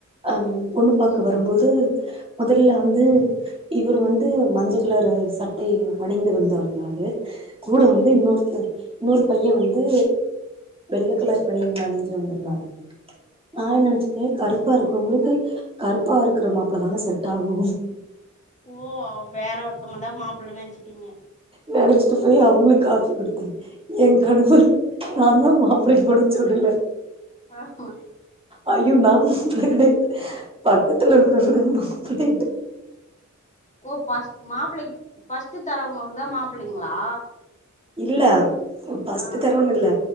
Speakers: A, on the right; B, on the left.
A: அஹ் பொண்ணு பாக்க வரும்போது முதல்ல
B: ம்
A: வந்து இவரு வந்து மஞ்சள் கிளறு சட்டைய அணிந்து வந்திருந்தாரு கூட
B: ம்
A: வந்து இன்னொருத்தர் இன்னொரு பையே வந்து வெள்ள
B: ம்
A: கலரு பனியன் அணிஞ்சு வந்திருந்தாங்க நா
B: ம்
A: என்னா நினைச்சிட்டே கருப் கருப்பா இருக்கிறவங்களுக்கு கருப்பா இருக்கிற மாப்பிளதானே செட் ஆகு
B: ஓ வேற ஒருத்தவங்கதா மாப்புள்ளைன்னு நினச்சுட்டீங்க
A: நெனச்சிட்டு போய் அவங்களுக்கு காபி கொடுத்தே எ கணவர்
B: ஆ
A: நா தான் மாப்ளைன்னு கூட சொல்லல
B: ஆஹ்ஹா
A: ஐயோ நா பிளேடு பக்கத்துல இருக்கது பிளேடு
B: ஓ பஸ்ட் மாப்பிள்ளை ஃபர்ஸ்ட் தரவங்களுக்கு தா மாப்பிள்ளைங்களா
A: இல்ல பஸ்ட்
B: ஆ
A: தரன்னு இல்ல